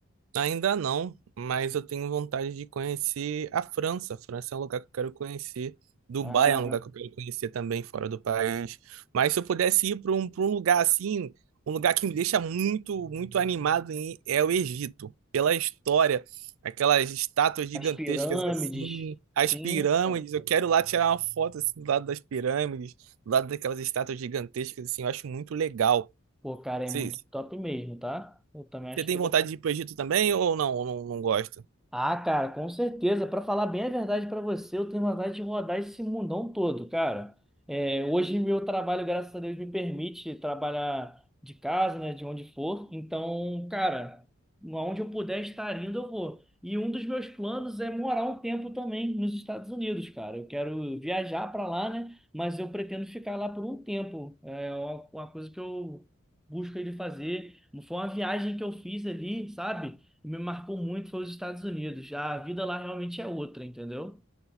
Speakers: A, on the right; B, in the centre.
A: Ainda não, mas eu tenho vontade de conhecer a França. A França é um lugar que eu quero conhecer. Dubai
B: Ah,
A: é um lugar que eu quero conhecer também, fora do país. Mas se eu pudesse ir para um, para um lugar assim, um lugar que me deixa muito, muito animado em- é o Egito. Pela história, aquelas estátuas gigantescas
B: as pirâmides,
A: assim, as
B: sim.
A: pirâmides. Eu quero lá tirar uma foto assim, do lado das pirâmides, do lado daquelas estátuas gigantescas assim. Eu acho muito legal.
B: Pô, cara, é
A: Vocês-
B: muito top mesmo, tá? Eu também
A: Você
B: acho
A: tem
B: que
A: vontade de ir para o Egito também ou não? Ou não, não gosta?
B: Ah, cara, com certeza. Pra falar bem a verdade pra você, eu tenho vontade de rodar esse mundão todo, cara. É, hoje meu trabalho, graças a Deus, me permite trabalhar de casa, né, de onde for. Então, cara, aonde eu puder estar indo, eu vou. E um dos meus planos é morar um tempo também nos Estados Unidos, cara. Eu quero viajar pra lá, né? Mas eu pretendo ficar lá por um tempo. É uma uma coisa que eu busco ele fazer. Foi uma viagem que eu fiz ali, sabe? O que me marcou muito foi os Estados Unidos. Já A vida lá realmente é outra, entendeu?